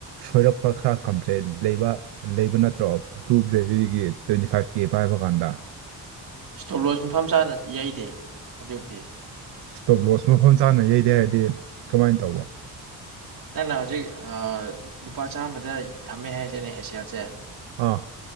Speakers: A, on the right; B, on the right.
A: ꯁꯣꯏꯔꯛꯄ ꯈꯔ ꯀꯝꯄ꯭ꯂꯦꯟ ꯂꯩꯕ ꯂꯩꯕ ꯅꯠꯇ꯭ꯔꯣ ꯕ꯭ꯂꯨ <unintelligible> ꯇ꯭ꯋꯦꯟꯇꯤ ꯐꯥꯏꯚ ꯀꯦ ꯄꯥꯏꯕ ꯀꯥꯟꯗ꯫
B: ꯑꯁ <unintelligible> ꯊꯣꯂꯣꯁꯨ ꯃꯐꯝ ꯆꯥꯅ ꯌꯩꯗꯦ ꯑꯗꯨꯕꯨꯗꯤ
A: ꯏꯁꯇꯣꯞ ꯂꯣꯁꯁꯨ ꯃꯐꯝ ꯆꯥꯅ ꯌꯩꯗꯦ ꯍꯥꯏꯗꯤ ꯀꯃꯥꯏꯅ ꯇꯧꯕ
B: ꯅꯪꯅ ꯍꯧꯖꯤꯛ ꯂꯨꯄꯥ ꯆꯥꯝꯃꯗ ꯊꯝꯃꯦ ꯍꯥꯏꯁꯦꯅꯦ <unintelligible>
A: ꯑꯥ